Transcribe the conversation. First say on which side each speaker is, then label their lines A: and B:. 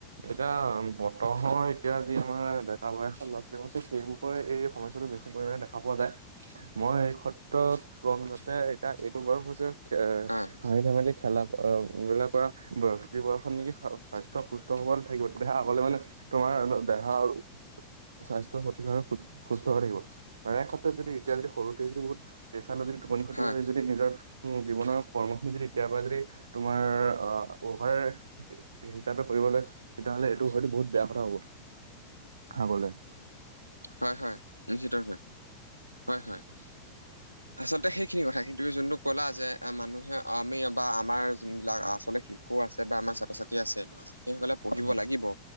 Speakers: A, on the right; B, on the right.
A: এতিয়া বতহৰ এতিয়া যি আমাৰ ডেকা বয়সৰ ল'ৰা-ছোৱালীবোৰ আছে সেইবোৰ <inaudible> এই সমস্যাটো বেছি পৰিমাণে দেখা পোৱা যায়। মই এই ক্ষেত্ৰত কম যাতে <inaudible> এ এইটো বয়স হৈছে <unintelligible> <unintelligible> এ
B: হয়
A: হাঁহি-ধেমালি খেলা <unintelligible> ধূলা কৰা বয়স এই বয়সত নেকি স্বাস্থ্য সুস্থ সবল থাকিব তেতিয়াহে আগলৈ মানে তোমাৰ দেহা আৰু <unintelligible> স্বাস্থ্য সঠিকভাৱে সুস্থ হৈ থাকিব আৰু ক্ষেত্ৰত যদি এতিয়া যদি সৰুতে যদি বহুত পেচা ল যদি <unintelligible> টোপনি ক্ষতি
B: হয়
A: হৈ যদি নিজৰ উম জীৱনৰ কৰ্মখিনি যদি এতিয়াৰ পৰাই যদি <unintelligible> তোমাৰ অ অ'ভাৰ হিচাপত <inaudible> কৰিবলৈ, তেতিয়াহ'লে এইটো হয়তো বহুত বেয়া কথা হ'ব আগলৈ। <unintelligible>
B: হয়-হয়, নিশ্চিতাৱে হয়-হয়। <unintelligible> আচলতে সেইখিনি কথা, কিন্তু যোনটো ক'লা যে, মানুহে আমি বা আমাৰ যোনবিলাক আচলতে শিশু আছে বা আমাৰ ছাত্ৰ-ছাত্ৰী আছে। সেই সকলে পঢ়িব
A: হয়
B: লাগিব,